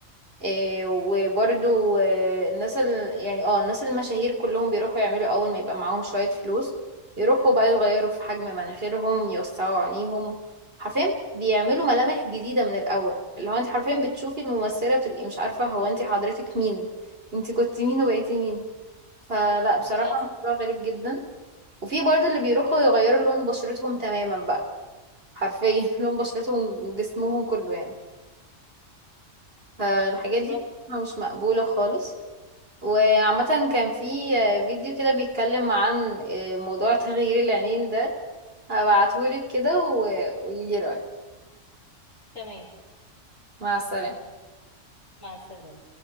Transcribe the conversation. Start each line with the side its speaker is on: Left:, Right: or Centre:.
Right: إيه وبرضو إيه الناس ال... يعني اه الناس المشاهير كلهم بيروحوا يعملوا اول ما يبقى معاهم شوية فلوس يروحوا بقى يغيروا في حجم مناخيرهم يوسعوا عينيهم حرفيا بيعملوا ملامح جديدة من الأول اللي هو انت حرفيا بتشوفي الممثلة بتبقي مش عارفة هو انت حضرتك مين انت كنت مين وبقيتي مين فلا بصراحة
Left: للأسف
Right: الموضوع غريب جدا وفي برضو اللي بيروحوا يغيروا لون بشرتهم تماما بقى حرفيا <laughs> لون بشرتهم جسمهم كله يعني فالحاجات
Left: بالظبط
Right: دي بصراحة مش مقبولة خالص وعامة كان في فيديو كده بيتكلم عن آه، موضوع تغيير العينين ده هبعتهولك كده وقوليلي رأيك
Left: تمام
Right: مع السلامة
Left: مع السلامة